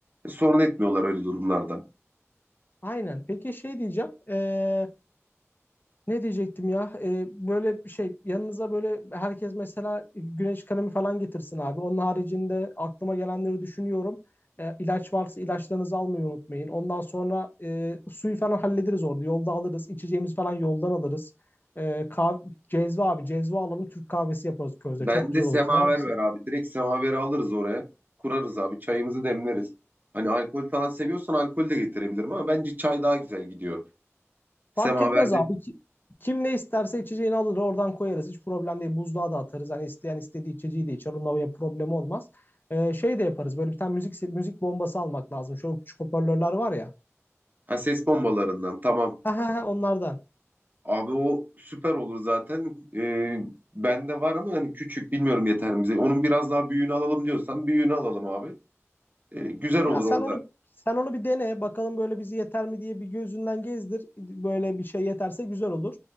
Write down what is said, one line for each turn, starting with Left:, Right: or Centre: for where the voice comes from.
Right: e, sorun etmiyorlar öyle durumlarda.
Left: Aynen. Peki şey diyeceğim. Ee, Ne diyecektim ya? Ee, böyle bir şey yanınıza böyle herkes mesela güneş kremi falan getirsin abi. Onun haricinde aklıma gelenleri düşünüyorum. Ee, ilaç varsa ilaçlarınızı almayı unutmayın. Ondan sonra e, suyu falan hallederiz orada. Yolda alırız. İçeceğimiz falan yoldan alırız. Ee, kah- cezve abi cezve alalım. Türk kahvesi yaparız közde.
Right: Ben
Left: Çok güzel
Right: de semaver
Left: olur. Sever misin?
Right: ver abi. Direkt semaveri alırız oraya. Kurarız abi. Çayımızı demleriz. Hani alkol falan seviyorsan alkol de getirebilirim ama bence çay daha güzel gidiyor. Semaverde
Left: Fark etmez abi. Ki- Kim ne isterse içeceğini alır oradan koyarız. Hiç problem değil. Buzluğa da atarız. Hani isteyen istediği içeceği de içer. Onunla bir problem olmaz. Ee, şey de yaparız. Böyle bir tane müzik müzik bombası almak lazım. Şöyle küçük hoparlörler var ya. <laughs>
Right: ha, ses bombalarından tamam.
Left: Ha ha ha, onlardan.
Right: Abi o süper olur zaten. Ee, bende var ama hani küçük bilmiyorum yeter mi bize. Onun biraz daha büyüğünü alalım diyorsan büyüğünü alalım abi. E, güzel olur
Left: Ya sen
Right: orada.
Left: onu sen onu bir dene bakalım böyle bizi yeter mi diye bir gözünden gezdir. Böyle bir şey yeterse güzel olur.